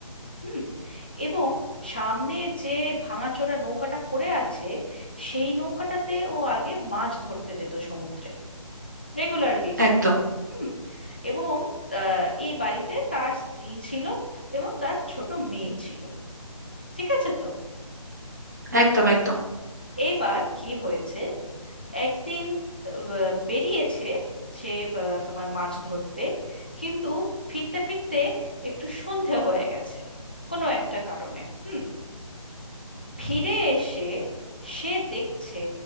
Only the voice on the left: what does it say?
হুম এবং সামনে যে ভাঙাচোরা নৌকাটা পড়ে আছে সেই নৌকাটাতে ও আগে মাছ ধরতে যেত সমুদ্রে রেগুলারলি যেত
হুম এবং আহ, এই বাড়িতে তার স্ত্রী ছিল এবং তার ছোট মেয়ে ছিল ঠিক আছে তো
এইবার কি হয়েছে একদিন আহ, বেরিয়েছে সে আহ, তোমার মাছ ধরতে কিন্তু ফিরতে ফিরতে একটু সন্ধে হয়ে গেছে কোনো একটা কারণে হুম ফিরে এসে সে দেখছে